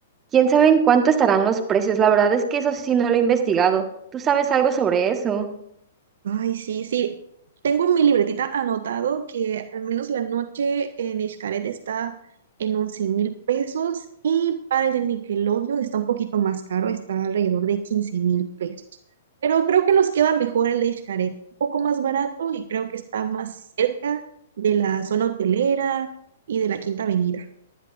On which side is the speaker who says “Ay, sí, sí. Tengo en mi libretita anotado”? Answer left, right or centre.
Right